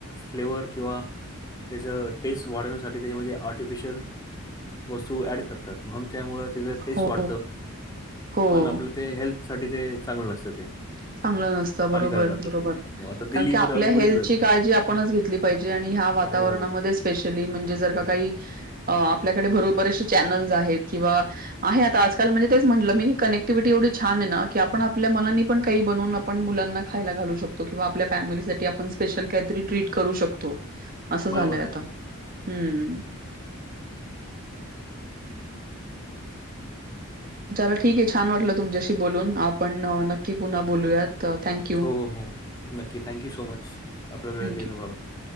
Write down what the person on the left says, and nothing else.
फ्लेवर किंवा त्याच टेस्ट वाढवण्यासाठी त्याच्यामध्ये आर्टिफिशल वस्तू ऍड करतात. म्हणून त्यामुळ त्याचं टेस्ट
वाढत
पण आपलं ते हेल्थ साठी ते चांगलं नसते ते.
हानिकारक असतं
ते. हो आता
दिल्ली
जर आपण बघितलं
हो
<inaudible>
आहे.
हो हो हो नक्की थँक्यू सो मच आपला वेळ
दिल्याबाबत.